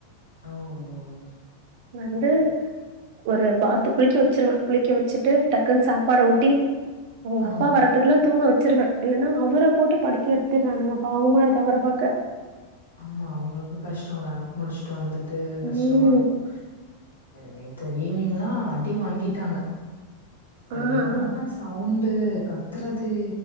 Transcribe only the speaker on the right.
வந்து
ஒரு பாத்து குளிக்க வச்சிருவேன் குளிக்க வச்சுட்டு டக்குனு சாப்பாட ஊட்டி ஓ
அப்பா வரறத்துக்குல்லாம் தூங்க வச்சு வச்சுருவேன் இல்லனா அவுர போட்டு படுத்து த்தி எடுத்துடுறானுங்க பாவமா இருக்கும் அவர பாக்க
ம்.
ஆ, ஆ.